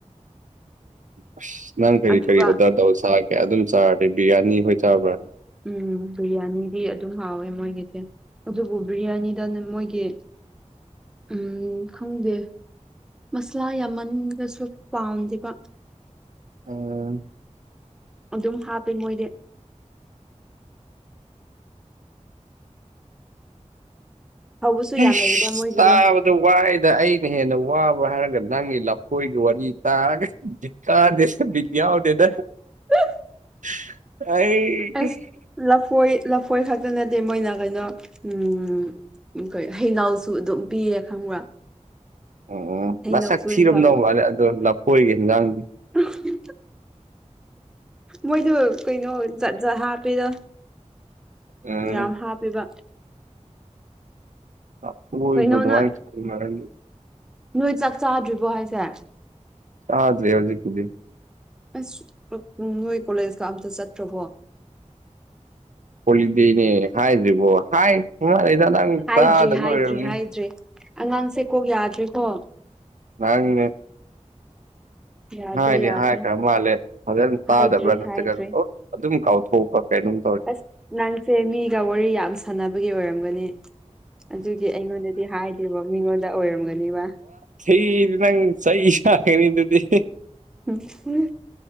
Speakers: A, on the right; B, in the centre.
A: ꯑꯁ ꯅꯪ ꯀꯔꯤ-ꯀꯔꯤ
B: ꯑꯗꯨꯒ
A: ꯑꯣꯔꯗꯔ ꯇꯧ ꯆꯥꯒꯦ ꯑꯗꯨꯝ ꯆꯥꯔꯗꯤ ꯕꯤꯔꯌꯥꯅꯤ ꯍꯣꯏ ꯆꯥꯕ꯭ꯔꯥ꯫
B: ꯎꯝ ꯕꯤꯔꯌꯥꯅꯤꯗꯤ ꯑꯗꯨꯝ ꯍꯥꯎꯋꯦ ꯃꯣꯏꯒꯤꯁꯦ꯫ ꯑꯗꯨꯕꯨ ꯕꯤ꯭ꯔꯌꯥꯅꯤꯗꯅ ꯃꯣꯏꯒꯤ ꯎꯝ ꯈꯪꯗꯦ꯫ ꯃꯁꯂꯥ ꯌꯥꯝꯃꯟꯒꯁꯨ ꯄꯥꯝꯗꯦꯕ꯫
A: <inaudible>
B: ꯑꯗꯨꯝ ꯍꯥꯞꯄꯦ ꯃꯣꯏꯗꯤ꯫ ꯍꯧꯕꯁꯨ
A: ꯑꯩꯁ
B: ꯌꯥꯝ ꯂꯩꯗ ꯃꯣꯏꯒꯤꯗꯣ
A: ꯇꯥꯕ ꯗꯣ ꯋꯥꯏꯗ ꯑꯩꯅ ꯍꯦꯟꯅ ꯋꯥꯕ ꯍꯥꯏꯔꯒ ꯅꯪꯒꯤ ꯂꯐꯣꯏꯒꯤ ꯋꯥꯔꯤ ꯇꯥꯔꯒ ꯕꯤꯠ ꯇꯥꯗꯦ ꯕꯤꯠ ꯌꯥꯎꯗꯦꯗ꯫
B: <unintelligible>
A: ꯑꯩ
B: ꯑꯁ ꯂꯐꯣꯏ ꯂꯐꯣꯏ ꯈꯛꯇ ꯅꯠꯇꯦ ꯃꯣꯏꯅ ꯀꯩꯅꯣ ꯎꯝ ꯎꯝ ꯀꯩ ꯍꯩꯩꯅꯥꯎꯁꯨ ꯑꯗꯨꯝ ꯄꯤꯌꯦ ꯈꯪꯕ꯭ꯔꯥ꯫
A: ꯑꯣ
B: ꯍꯩꯅꯧꯁꯨ
A: ꯃꯁꯛ ꯊꯤꯔꯝꯗꯧ
B: ꯏꯟꯁꯥꯡ
A: ꯃꯥꯜꯂꯦ ꯑꯗꯣ ꯂꯐꯣꯏꯒꯦ ꯍꯤꯟꯖꯥꯡꯗꯣ꯫
B: <unintelligible> ꯃꯣꯏꯗꯣ ꯀꯩꯅꯣ ꯖꯥꯠ-ꯖꯥꯠ ꯍꯥꯞꯄꯦꯗ
A: ꯎꯝ
B: ꯌꯥꯝ ꯍꯥꯞꯄꯦꯕ꯫
A: <inaudible>
B: ꯀꯩꯅꯣꯅ
A: ꯑꯗꯨꯃꯥꯏꯅ ꯊꯣꯡꯅꯔꯗꯤ
B: ꯅꯣꯏ ꯆꯥꯛ ꯆꯥꯗ꯭ꯔꯤꯕꯣ ꯍꯥꯏꯁꯦ꯫
A: ꯆꯥꯗ꯭ꯔꯤ ꯍꯧꯖꯤꯛꯄꯨꯗꯤ꯫
B: ꯑꯁ ꯅꯣꯏ ꯀꯣꯂꯦꯖꯀ ꯑꯝꯇ ꯆꯥꯠꯇ꯭ꯔꯕꯣ꯫
A: ꯍꯣꯂꯤꯗꯦꯅꯦ ꯍꯥꯏꯗ꯭ꯔꯤꯕꯣ ꯍꯥꯏꯒ꯭ꯔꯃꯂꯦꯗ ꯅꯪ
B: ꯍꯥꯏꯗ꯭ꯔꯤ
A: ꯇꯥꯗꯕ
B: ꯍꯥꯏꯗ꯭ꯔꯤ
A: ꯑꯣꯏꯔꯝꯅꯤ꯫
B: ꯍꯥꯏꯗ꯭ꯔꯤ ꯑꯉꯥꯡꯁꯦ ꯀꯣꯛ ꯌꯥꯗ꯭ꯔꯦꯀꯣ꯫
A: ꯅꯪꯅꯦ꯫
B: ꯌꯥꯗ꯭ꯔꯦ
A: ꯍꯥꯏꯗꯤ
B: ꯌꯥꯗ꯭ꯔꯦ
A: ꯍꯥꯏꯈ꯭ꯔ ꯃꯥꯜꯂꯦ ꯐꯖꯅ
B: ꯍꯥꯏꯗ꯭ꯔꯤ
A: ꯇꯥꯗꯕ꯭ꯔꯥ ꯅꯠꯇ꯭ꯔꯒꯅ
B: ꯍꯥꯏꯗ꯭ꯔꯤ
A: ꯑꯗꯨꯝ ꯀꯥꯎꯊꯣꯛꯄ ꯀꯩꯅꯣꯝ
B: ꯑꯁ ꯅꯪꯁꯦ ꯃꯤꯒ ꯋꯥꯔꯤ ꯌꯥꯝ ꯁꯥꯟꯅꯕꯒꯤ ꯑꯣꯏꯔꯝꯒꯅꯤ꯫ ꯑꯗꯨꯒꯤ ꯑꯩꯉꯣꯟꯗꯗꯤ ꯍꯥꯏꯗꯦꯕ ꯃꯤꯉꯣꯟꯗ ꯑꯣꯏꯔꯝꯒꯅꯤꯕ꯫
A: ꯈꯤꯗꯤ ꯅꯪ ꯆꯩ ꯆꯥꯒꯅꯤ ꯑꯗꯨꯗꯤ꯫ <unintelligible>
B: <unintelligible>